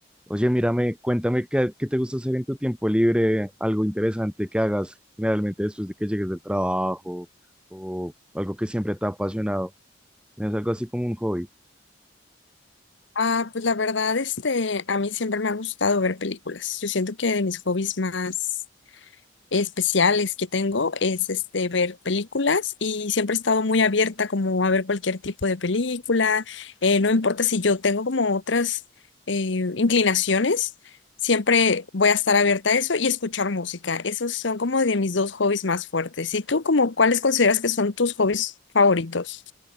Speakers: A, in the centre; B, on the left.
A: Oye, mírame, cuéntame qué, qué te gusta hacer en tu tiempo libre, algo interesante que hagas generalmente después de que llegues del trabajo o algo que siempre te ha apasionado. ¿Tienes algo así como un hobby?
B: Ah, pues la verdad, este, a mí siempre me ha gustado ver películas. Yo siento que de mis hobbies más especiales que tengo es este ver películas y siempre he estado muy abierta como a ver cualquier tipo de película. Eh, no importa si yo tengo como otras eh, inclinaciones, siempre voy a estar abierta a eso y escuchar música. Esos son como de mis dos hobbies más fuertes. ¿Y tú como cuáles consideras que son tus hobbies favoritos?